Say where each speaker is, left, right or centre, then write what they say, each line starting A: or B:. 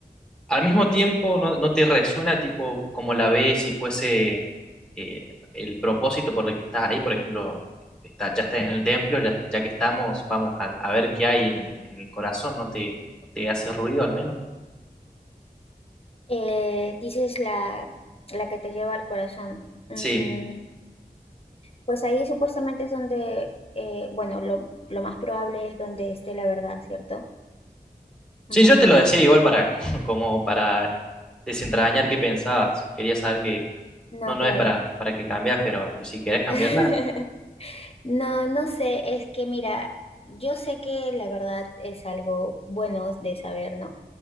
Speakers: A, in the centre; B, on the left.
A: al mismo tiempo no, no te resuena tipo como la B si fuese eh, el propósito por el que estás ahí, por ejemplo, está, ya estás en el templo, ya, ya que estamos, vamos a, a ver qué hay en el, en el corazón, ¿no te, no te hace ruido al menos?
B: Eh, dices la, la que te lleva al corazón. Mm,
A: Sí.
B: pues ahí supuestamente es donde, eh, bueno, lo, lo más probable es donde esté la verdad, ¿cierto?
A: Sí,
B: Mm,
A: yo te lo decía igual para <laughs> como para desentrañar qué pensabas. Quería saber qué,
B: no,
A: No, no
B: claro.
A: es para, para que cambias, pero si querés cambiarla,
B: <laughs> No, no sé, es que mira, yo sé que la verdad es algo bueno de saber, ¿no?